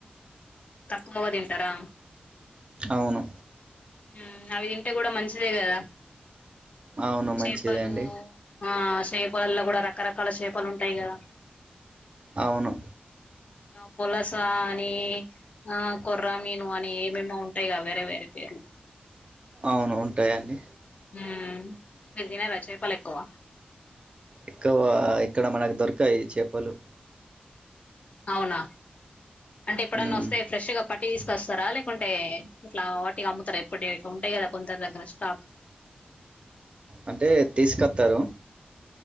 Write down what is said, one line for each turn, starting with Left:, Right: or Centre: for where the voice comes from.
Left: తక్కువ తింటరా
Right: అవును
Left: ఉం అవి తింటే కూడా మంచిదే కదా
Right: అవును మంచిదే
Left: చేపలు
Right: అండి
Left: ఆ చేపలల్లో కూడా రకరకాల చేపలు ఉంటాయి కదా
Right: అవును
Left: పొలస అని ఆ కొర్రా మీను అని ఏమే ఏమే ఉంటాయి గా వేరే వేరే పేర్లు
Right: అవును ఉంటాయండి
Left: ఉం మీరు తినరా చేపలు ఎక్కువ
Right: ఎక్కువ ఇక్కడ మనకు దొరుకాయి చేపలు
Left: అవునా అంటే ఎప్పుడన్నా
Right: మ్మ్.
Left: వస్తాయా ఫ్రెష్ గా పట్టి తీసుకొస్తారా లేకుంటే ఇట్లా వాటిగా అమ్ముతారా ఎప్పటి ఉంటాయి కదా కొందరు దగ్గర స్టాక్
Right: అంటే తీసుకత్తారు